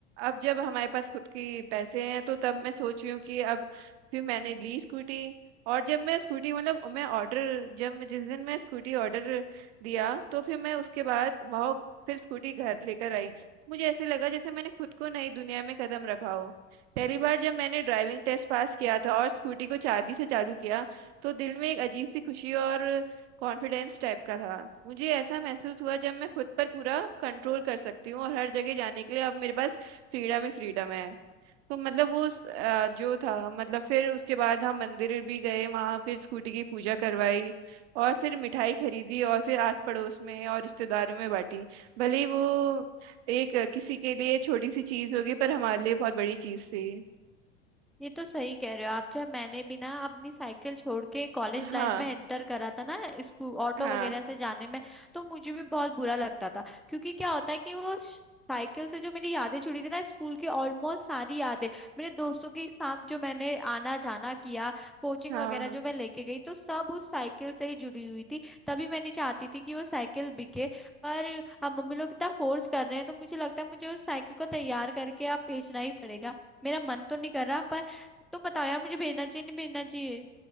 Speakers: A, on the right (about 65°); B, in the centre.
A: अब जब हमारे पास खुद के पैसे हैं तो तब मैं सोच रही हूँ कि अब फिर मैंने ली स्कूटी और जब मैं स्कूटी मतलब मैं ऑर्डर जब मैं जिस दिन मैं स्कूटी ऑर्डर दिया तो फिर मैं उसके बाद वहाँ फिर स्कूटी घर लेकर आई मुझे ऐसे लगा जैसे मैंने खुद को नई दुनिया में कदम रखा हो पहली बार जब मैंने ड्राइविंग टेस्ट पास किया था और स्कूटी को चाबी से चालू किया तो दिल में एक अजीब सी खुशी और कॉन्फिडेंस टाइप का था मुझे ऐसा महसूस हुआ जब मैं खुद पर पूरा कंट्रोल कर सकती हूँ और हर जगह जाने के लिए अब मेरे पास फ्रीडम ही फ्रीडम है तो मतलब वो उस, अ, जो था मतलब फिर उसके बाद हम मंदिर भी गए वहां फिर स्कूटी की पूजा करवाई और फिर मिठाई खरीदी और फिर आस पड़ोस में और रिश्तेदारों में बांटी भले ही वो एक अ, किसी के लिए छोटी सी चीज होगी पर हमारे लिए बहुत बड़ी चीज थी
B: ये तो सही कह रहे हो आप जब मैंने भी ना अपनी साइकिल छोड़ के कॉलेज
A: हाँ
B: लाइफ में एंटर करा था ना स्कूल ऑटो
A: हाँ
B: वगैरह से जाने में तो मुझे भी बहुत बुरा लगता था क्योंकि क्या होता है कि वो श- साइकिल से जो मेरी यादें जुड़ी थी ना स्कूल की ऑलमोस्ट सारी यादें मेरे दोस्तों के साथ जो मैंने आना जाना किया कोचिंग
A: हाँ
B: वगैरह जो मैं लेके गई तो सब उस साइकिल से ही जुड़ी हुई थी तभी मैंने चाहती थी कि वो साइकिल बिके पर अब मम्मी लोग इतना फोर्स कर रहे हैं तो मुझे लगता है मुझे उस साइकिल को तैयार करके अब बेचना ही पड़ेगा मेरा मन तो नहीं कर रहा पर तुम बताओ यार मुझे भेजना चाहिए नहीं भेजना चाहिए